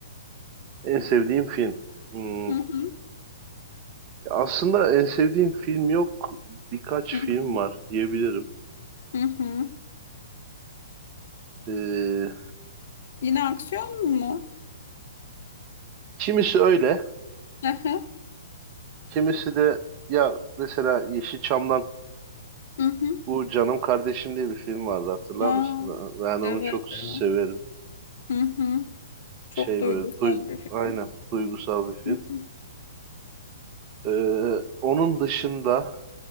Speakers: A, on the right; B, on the left.
A: en sevdiğim film. Hmm,
B: Hı hı.
A: Aslında en sevdiğim film yok birkaç
B: Hı
A: film
B: hı.
A: var diyebilirim.
B: Hı hı.
A: E,
B: Yine aksiyon mu?
A: Kimisi öyle,
B: Hı hı.
A: kimisi de ya mesela Yeşilçam'dan
B: Hı hı.
A: bu Canım Kardeşim diye bir film vardı hatırlar
B: Aa,
A: mısın? Ben onu
B: evet,
A: çok severim.
B: evet. Hı hı. Çok
A: Şey
B: duygusal
A: böyle duy,
B: bir film.
A: aynen duygusal bir film.
B: Hı hı.
A: Ee, onun dışında